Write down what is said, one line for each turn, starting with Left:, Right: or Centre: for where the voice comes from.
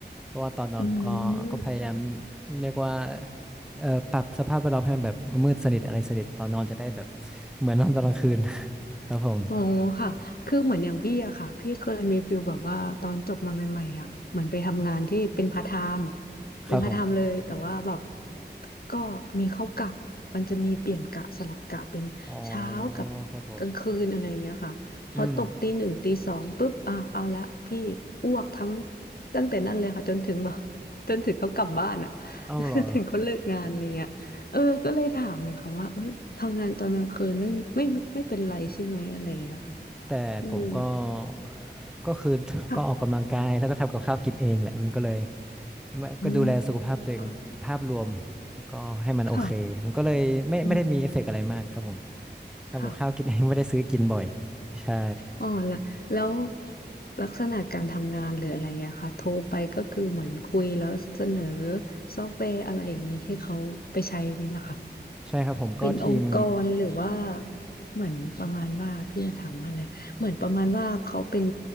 Centre: เพราะว่าตอนนอนผมก็ก็พยายาม
Left: อืม
Centre: เรียกว่าเอ่อปรับสภาพแวดล้อมให้มันแบบมืดสนิทอะไรสนิทตอนนอนจะได้แบบเหมือนนอนตอนกลางคืน <laughs> ครับผม
Left: อ๋อค่ะคือเหมือนอย่างพี่อะค่ะพี่เคยมีฟิลแบบว่าตอนจบมาใหม่ๆอะเหมือนไปทำงานที่เป็นพาร์ทไทม์เป็นพาร์ทไทม์เลยแต่ว่าแบบ
Centre: ครับผม
Left: ก็มีเข้ากะมันจะมีเปลี่ยนกะสลับกะเป็นเช้ากับกลางคืนอะไรอย่างเงี้ยค่ะพอตกตีหนึ่งตีสองปุ๊บอ้าวเอาละพี่อ้วกทั้ง
Centre: อ๋อครับผมอืม
Left: ตั้งแต่นั้นเลยค่ะจนถึงแบบ <laughs> จนถึงเขากลับบ้านอะ
Centre: เอาเหรอ
Left: <laughs> ถึงเขาเลิกงานอะไรเงี้ย เออก็เลยถามเลยค่ะว่าเออทำงานตอนกลางคืนไม่ไม่ไม่เป็นไรใช่ไหมอะไรอย่างเงี้ยค่ะ
Centre: แต่ผมก็
Left: อืม
Centre: เอ่อก็คือก็ออกกำลังกายแล้วก็ทำกับข้าวกินเองแหละมันก็เลย
Left: ค่ะ
Centre: ไม่ก็ดูแลสุขภาพตัวเองภาพรวม
Left: อืมค่ะ
Centre: ก็ให้มันโอเคมันก็เลยไม่ไม่ได้มีเอฟเฟกต์อะไรมากครับผม
Left: ค่ะอืม
Centre: ทำกับข้าวกินเองไม่ได้ซื้อกินบ่อย
Left: ค่ะ
Centre: ใช่
Left: อ๋อแล้วแล้วลักษณะการทำงานหรืออะไรอย่างเงี้ยค่ะโทรไปก็คือเหมือนคุยแล้วเสนอซอฟต์แวร์อะไรอย่างนี้ให้เขาไปใช้อย่างนี้เหรอค่ะ
Centre: ใช่ครับผมก็ทีม
Left: เป็นองค์กรหรือว่าเหมือนประมาณว่าพี่จะถามว่าอะไรเหมือนประมาณว่าเขาเป็น